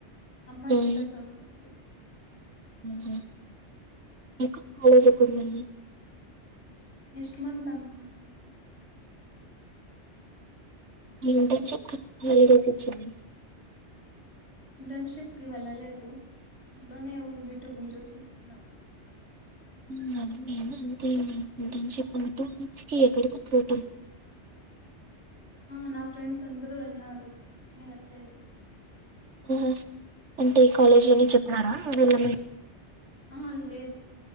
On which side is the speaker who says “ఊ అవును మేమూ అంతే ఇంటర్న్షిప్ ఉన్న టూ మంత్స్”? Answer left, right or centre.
Right